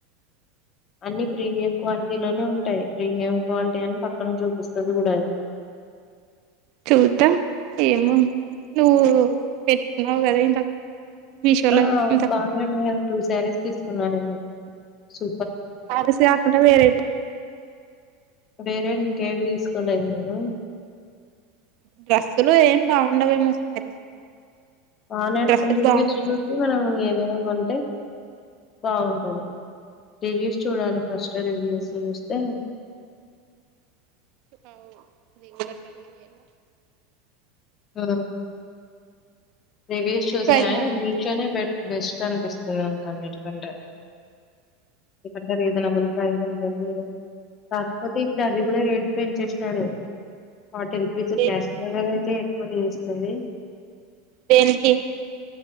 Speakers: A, on the left; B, on the right.
A: అన్ని ప్రీమియం క్వాలిటీ లోనే ఉన్ టాయ్ ప్రీమయం క్వాలిటీ అని పక్కన చూపిస్తది గూడా
B: చూద్దాం ఏమో నువ్వు పెట్టుకున్నావు గదా ఇంతకు మీషోలో
A: ఆ
B: ఇంతకు
A: బానే
B: ముందు
A: ఉన్నాయ్ కదా టూ శారీస్ తీసుకున్నా నేను సూ
B: పాలిస్ కాకుండా వేరే
A: వేరే ఇంకేవి తీసుకోలేదు నేను
B: డ్రస్సులు ఏమి బాగుండవేమో శారీస్
A: బానే ఉంటై
B: డ్రస్సులు
A: రివ్యూస్
B: బాగుండవు
A: చూసి మనం దెనం గోంటే బాగుంటది రివ్యూస్ చూడాలి ఫస్ట్ రివ్యూస్ చూస్తే
B: అవ్ నిను కూడ ట్రై చేయాలి
A: ఆ రివ్యూ చూసి
B: స్క్వేర్
A: అయినా
B: మాల్ కి
A: మీషో
B: పోతున్నారు
A: నె బె బేస్ అనిపిస్తుంది నాకు అన్నిటికంటే ఎందుకంటే రీజనబుల్ ప్రైజ్ ఉంటుంది కాకపోతే ఇప్పుడు అవి కూడా రేట్ పెంచేసినాడు ఫార్టీ రూపీస్
B: దేనికి
A: క్యాష్ వల్లనే ఎక్కువనే చేస్తుంది
B: దేనికి